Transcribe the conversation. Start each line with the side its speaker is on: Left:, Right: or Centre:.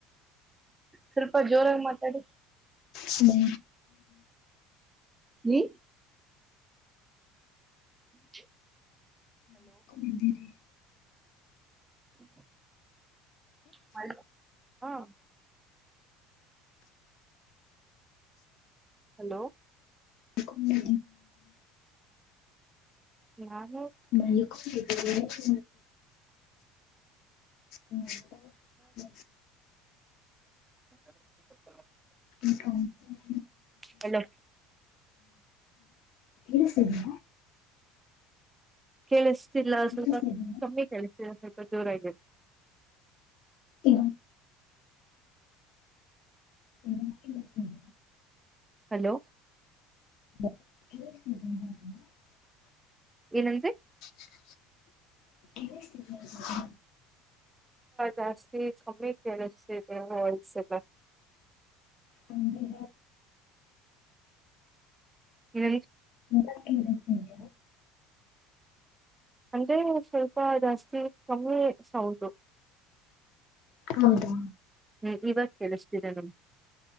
Right: ಸ್ವಲ್ಪ ಜೋರಾಗಿ ಮಾತಾಡಿ
Left: ಹ್ಮ
Right: ವಿ ಚ್
Left: ನಿದ್ದರಿ
Right: ಟು ಮಾಡ ಹಾ ಹಲೋ
Left: ಮೂ
Right: ಹಾ
Left: ಮ ಮಾಡ್ತ ಹ್ಮ್ ಹ್ಮ
Right: ಚು
Left: <unintelligible>
Right: ಹಲೋ
Left: ಕೇಳಿಸ್ತಿದ್ಯಾ
Right: ಕೇಳಿಸ್ ಸೀಲ್
Left: ಕೇಳಿಸ್ತಿದೆಯಾ
Right: ಕಮ್ಮಿ ಕೆಲ್ಸಿಯ ಸ್ವಲ್ಪ್ ಜೋರಾಗಿ ಹೇಳು
Left: ಇ ಎ ಬಾಕಸ <inaudible>
Right: ಹಲೋ
Left: <unintelligible>
Right: ಏನಂದ್ರಿ
Left: <unintelligible>
Right: ಜಾಸ್ತಿ ಕಮ್ಮಿ ಕೆಸಸಲ್ಲ ವೈಸ್ ಎಲ್ಲಾ
Left: ಹ್ಮ
Right: ಹೇಳಿ
Left: ಎ ಕೇಳ ಸಿ <inaudible>
Right: ಅಂದ್ರೆ ಸ್ವಲ್ಪ ಜಾಸ್ತಿ ಕಮ್ಮಿ ಸೌಂಡು
Left: ಹೌದಾ
Right: ಹ್ಮ್ ಇವಾಗ ಕೇಳಿಸ್ತಿದೆ ನಮ್